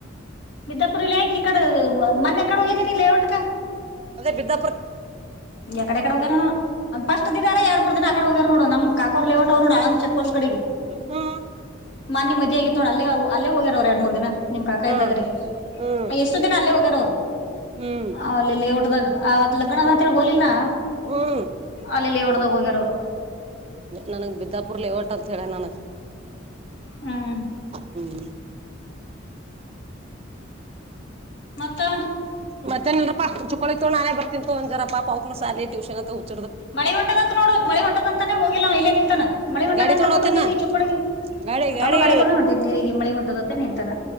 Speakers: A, on the left; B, on the right.
A: ಬಿಧಾಪುರಿಲ್ಲಿ ಇ ಮನೆ ಕಡೆ ಹೋಗಿದೆನ ಔಟಕ..
B: ಅದೇ ಬಿದ್ದಾಪುರಕ್ಕೆ..
A: ಎಕಡೆಕಡೆ ಹೋಗ್ಯಾರ ಫಸ್ಟ್ ದಾರ ಎರ ಮೂರ್ ದಿನ ಆಕಡೆ ಹೋಗ್ಯ ನೋ ನಮ್ಮ ಕಾಕೂರ್ ನೋಡ.. ಕಸ ಕಡೆಗೆ..
B: ಹ್ಮ್
A: ಮ ನಿಮದ್ ಆಗಿತ್ತು ನೋ ಅಲ್ಲೇ ಅಲ್ಲೇ ಹೋಗ್ಯಾರ ಅವರು ಎರಡ್ ಮೂರ್ ದಿನ ನಿಮ್ ಕಾಕಾ
B: ಹ್ಮ್
A: ಇದ್ದಾಗ್ರೆ..
B: ಹ್ಮ್
A: ಎಷ್ಟು ದಿನ ಹೆ ಹೋಗರ ಅವರು
B: ಹ್ಮ್
A: ಆಲ್ಲಿ ಲೇಔಟದಾಗ ಆ ಲಗ್ನಕ್ಕೆ.. ಹೋಗಲಿಲ್ಲನಾ
B: ಹ್ಮ್
A: ಅಲ್ಲಿಲ್ಲಿ ಡ್ದಾಗ ಹೋಗ್ಯಾರ ಅವರು
B: ನನಂಗ ಬಿದ್ದಾಪುರ್ಲೆ ಓಟ್ ಅಂತ ಹೇಳ ನನಗ್
A: ಹ್ಮ್
B: ಹ್ಮ..
A: ಮತ್ತ..
B: ಮತ್ತೆನಲ್ರಾ ಚಕ್ಕಳಿ ತೋ ನಾನೇ ಬರ್ತಿಂತ ಒಂದಝರ ಪಾಪಾಕ್ಕಳ ಸಾಲಟೂನ್ ಹ..
A: ಮಣಿ ಹೊಂಟದಂತ ನೋಡೋುದು ಮಳಿ ಹೊಂಟದಂತಾನೇ ಹೋಗಿಲ್ಲ ನವ ಇ ನಿಂತನ.. ಮಳೆ ಉಂಟ
B: ಗಾಡಿ
A: ಹೆಂ
B: ತಗೊಂಡ್
A: ಕರ್ಕ್ಂಬರ್ತ
B: ಹೋಗ್ತೀನ್ ನಾ
A: ಈಗ ಈ ಚುಕ್ಕಡಿಗೆ..
B: ಗಾಡಿ
A: ಮತ್ತ
B: ಗಾಡಿ
A: ಅವ್ನು ಗಡೆ ತೊಡೆ ಹೊಂಟಿದ್ ನೀರಿಗೆ ಮಳಿ ಹೊಂಟದತ್ತ ನಿಂತಾನ..